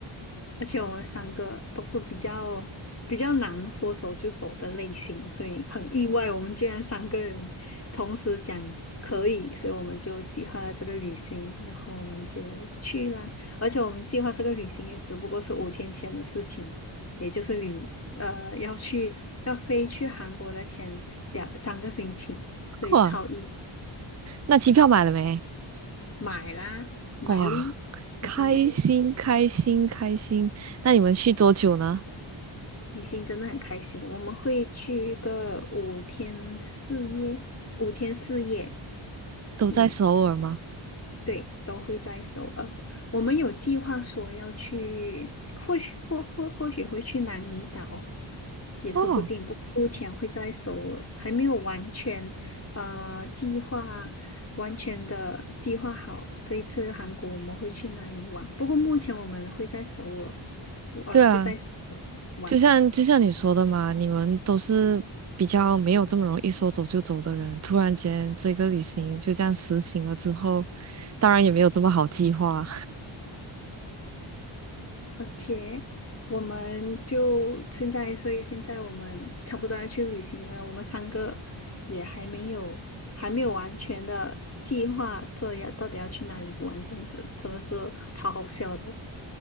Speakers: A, on the left; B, on the right.
A: 而且我们三个都是比较比较难说走就走的类型，所以很意外，我们居然三个人同时讲可以，所以我们就计划了这个旅行，然后我们就去啦。而且我们计划这个旅行也只不过是五天前的事情，也就是旅呃要去要飞去韩国的前两三个星期，所以超意
B: 哇，那机票买了没？
A: 买啦，买咯，
B: 哇，
A: 已经买了。
B: 开心开心开心！那你们去多久呢？
A: 李欣真的很开心，我们会去一个五天四夜，五天四夜，
B: 都在首尔吗？
A: 嗯，对，都会在首尔。我们有计划说要去，或许或或或许会去南怡岛，也说不定。
B: 哦，
A: 不，目前会在首尔，还没有完全呃计划，完全的计划好这一次韩国我们会去哪里玩。不过目前我们会在首尔，呃，
B: 对啊，
A: 就在首尔玩。
B: 就像就像你说的嘛，你们都是比较没有这么容易说走就走的人，突然间这个旅行就这样实行了之后，当然也没有这么好计划，
A: OK，我们就现在，所以现在我们差不多要去旅行了。我们三个也还没有还没有完全的计划，这要到底要去哪里玩，这样子真的是超好笑的。